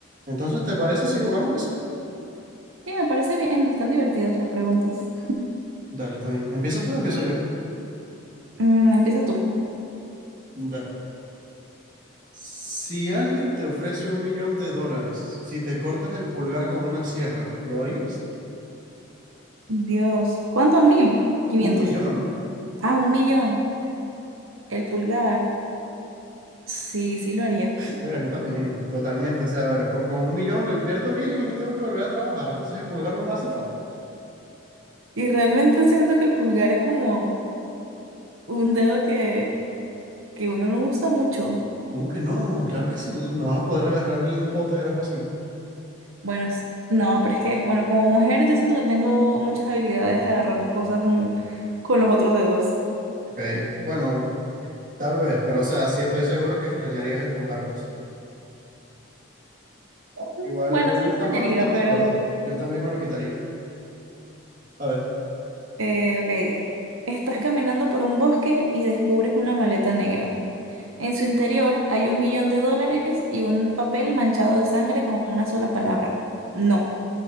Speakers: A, on the right (about 40°); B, on the right (about 80°).
A: Entonces, ¿te parece si jugamos eso?
B: Sí, me parece bien, están divertidas las preguntas.
A: Dale, está bien. ¿Empiezas tú o empiezo yo?
B: Mm, empieza tú.
A: Dale. Si alguien te ofrece un millón de dólares, si te cortas el pulgar con una sierra, ¿lo harías?
B: Dios, ¿cuánto? Mil. Quinientos.
A: Un millón.
B: Ah, un millón. El pulgar. Sí, sí lo haría.
A: Venga, yo también, totalmente. O sea, con, con un millón lo invierto bien y no tengo que volver a trabajar. Entonces el pulgar no me hace falta.
B: Y realmente siento que el pulgar es como un dedo que, que uno no usa mucho.
A: ¿Cómo que no? Claro que sí. No vas a poder agarrar ni un pote de la cocina.
B: Bueno, s- no, pero es que, bueno, como mujer yo siento que tengo muchas habilidades agarrando cosas mm, con los otros dedos.
A: Ok, bueno, tal vez, pero o sea, sí estoy seguro que extrañarías el pulgar, pues.
B: <laughs> Ujú.
A: Igual,
B: Bueno,
A: igual
B: sí lo
A: estamos,
B: extrañaría,
A: estamos
B: pero,
A: de acuerdo. Yo también me lo quitaría. A ver.
B: eh, ok. Estás caminando por un bosque y descubres una maleta negra. En su interior hay un millón de dólares y un papel manchado de sangre con una sola palabra. No.